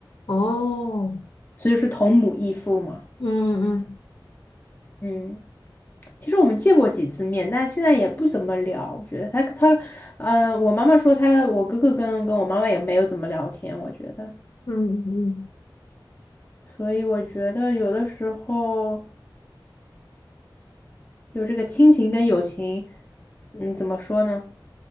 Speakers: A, on the left; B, on the left.
A: 哦，
B: 所以是同母异父嘛。
A: 嗯嗯
B: 嗯，其实我们见过几次面，但现在也不怎么聊。我觉得他他，呃，我妈妈说他，我哥哥跟跟我妈妈也没有怎么聊天，我觉得。
A: 嗯嗯嗯，
B: 所以我觉得有的时候就这个亲情跟友情，嗯，怎么说呢？